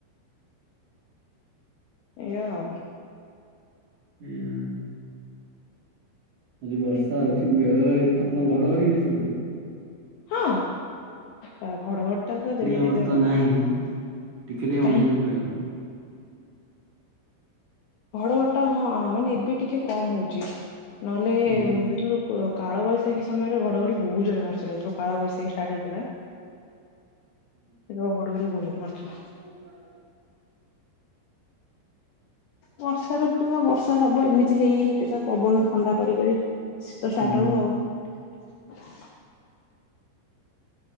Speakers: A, on the left (about 70°); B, on the right (about 45°).
A: ଏଇଆଉ।
B: ହୁଁ। ଆଜି ବର୍ଷା ହଉଛି ବେଳେ ଆପଣଙ୍କ ଘଡଘଡିି ହୁଏ ସେପଟେ?
A: ହଁ ଘ ଘଡଘଡି ଟା ତ ଯେମିତି
B: ଆମର ତ ନାହିଁ ଟିକେ ଟିକେ ମଝିରେ
A: କାହିଁକି
B: ହୁଏ ଆଉ।
A: ଘଡଘଡି ଟା ହଁ ମାନେ ଏବେ ଟିକେ କମ ହଉଛି। ନହେଲେ
B: ହୁଁ
A: ଯେତେଳୁ କାଳବୈଶାଖୀ ସମୟରେ ଘଡଘଡି ବୋହୁତ ଜୋରରେ ମାରିଥିଲା ଯୋଉ କାଳ ବୈଶାଖୀ ଷ୍ଟାର୍ଟ ହେଇଥିଲା।
B: ହ
A: ସେତେବେଳେ ଘଡଘଡି ବହୁତ ଜୋରରେ ମାରୁଥିଲା।
B: ହଁ ମୁଁ ଗାଁ ଆଇଲି।
A: ବର୍ଷା ଋତୁର ବର୍ଷା ହବ ଏମିତି ହେଇ କେ ପବନ ଥଣ୍ଡା କରିକରି ଶୀତ
B: ହୁଁ।
A: ଷ୍ଟାର୍ଟ ହବ।